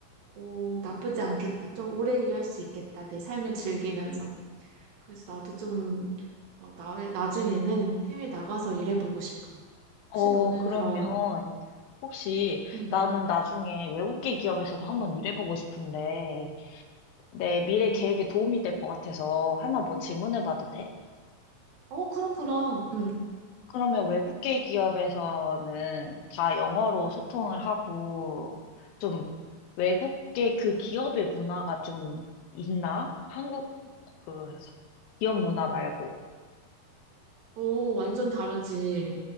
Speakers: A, on the right; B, on the left.
A: 오, 나쁘지 않겠다. 좀 오래 일할 수 있겠다. 내 삶을 즐기면서. 그래서 나도 좀, 어, 나, 나중에는 해외 나가서 일해보고 싶어.
B: 어,
A: 혹시 너는
B: 그러면
A: 그럼,
B: 혹시
A: 음,
B: 나는 나중에 외국계 기업에서도 한번 일해보고 싶은데 내 미래
A: 어,
B: 계획에 도움이 될 것 같아서 하나 뭐 질문해봐도 돼?
A: 어, 그럼, 그럼, 음,
B: 그러면 외국계 기업에서는 다 영어로 소통을 하고 좀 외국계 그 기업의 문화가 좀 있나? 한국 그 기업 문화 말고.
A: 오, 완전 다르지.